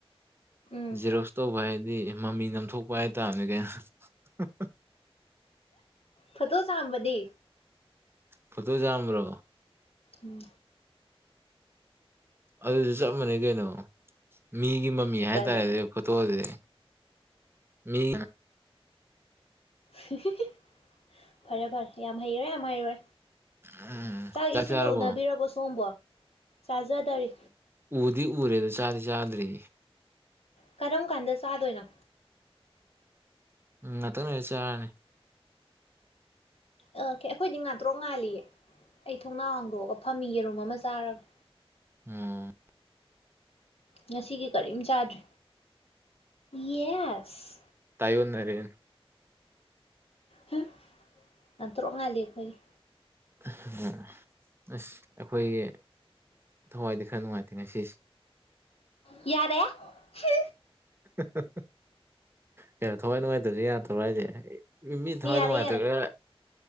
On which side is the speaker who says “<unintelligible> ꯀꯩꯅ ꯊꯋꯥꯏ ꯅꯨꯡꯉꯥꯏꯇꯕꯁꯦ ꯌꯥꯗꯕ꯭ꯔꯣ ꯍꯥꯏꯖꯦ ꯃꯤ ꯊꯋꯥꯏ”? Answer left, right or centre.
Right